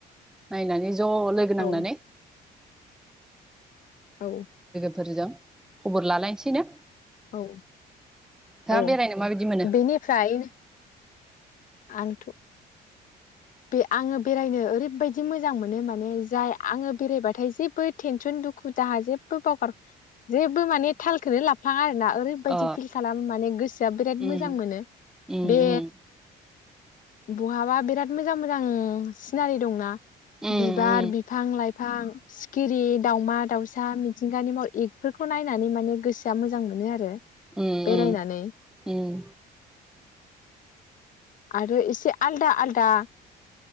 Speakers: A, in the centre; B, on the left.
A: नायनानै ज' लोगो नांनानै
B: औ औ
A: फोरजों खबर लालायनोसैनो
B: औ औ
A: बेरायनो माबायदि मोनो
B: बेनिफ्राय आंथ' बे आङो बेरायनो ओरैबायाददि मोजां मोनो माने जाय आङो बेरायबाथाय जेबो टेनसन दुखु जाहा जेबो बावगार जेबो माने थालखौनो लाफ्लाङा आरोना ओरैबायाददि
A: अ
B: फिल खालाम माने गोसोआ बिराद
A: उम
B: मोजां मोनो
A: उम
B: बे
A: उम
B: बुहाबा बेराद मोजां मोजां सिनारि दंना
A: उम
B: बिबार
A: उम
B: बिफां लाइफां सिखिरि दाउमा दावसा था मिथिंगानि महर एफोरखौ नायनानै माने गोसोआ मोजां मोनो आरो
A: उम
B: बेरायनानै
A: उम ओम
B: आरो एसे आलदा आलदा